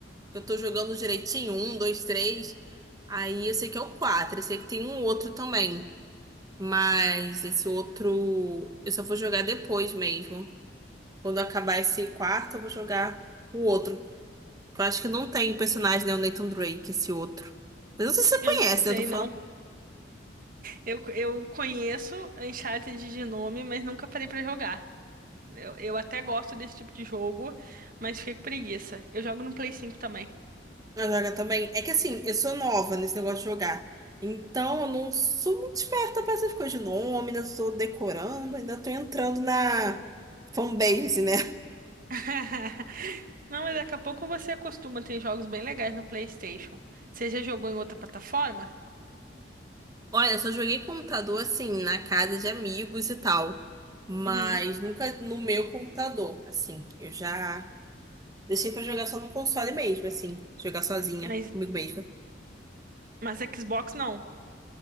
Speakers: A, on the right; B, on the right.
A: Eu tô jogando direitinho, um, dois, três. Aí eu sei que é o quatro eu sei que tem um outro também. Mas esse outro eu só vou jogar depois mesmo. Quando acabar esse quarto, eu vou jogar o outro. Eu acho que não tem o personagem, né? O Nathan Drake, esse outro. Eu não sei se você
B: Eu
A: conhece,
B: não sei,
A: né? Eu tô falando.
B: não. Eu, eu conheço Uncharted de nome, mas nunca parei pra jogar. Eu, eu até gosto desse tipo de jogo, mas fiquei com preguiça. Eu jogo no Play 5 também.
A: Eu jogo também. É que assim, eu sou nova nesse negócio de jogar. Então, eu não sou muito esperta pra essas coisas de nome, ainda tô decorando, ainda tô entrando na fanbase, né?
B: <laughs> Não, mas daqui a pouco você acostuma. Tem jogos bem legais no PlayStation. Você já jogou em outra plataforma?
A: Olha, só joguei computador assim, na casa de amigos e tal. Mas
B: Uhum.
A: nunca no meu computador. Assim, eu já. Deixei pra jogar só no console mesmo, assim. Jogar sozinha,
B: Mas
A: comigo mesma.
B: Mas Xbox não.